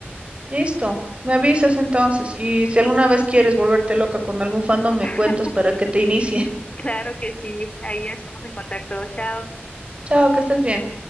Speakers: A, on the right; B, on the left.
A: Listo, me avisas entonces y si alguna vez quieres volverte loca con algún fandom, me
B: <laughs>
A: cuentas para que te inicie. <laughs>
B: Claro que sí, ahí estamos en contacto. Chao.
A: Chao, que estés bien.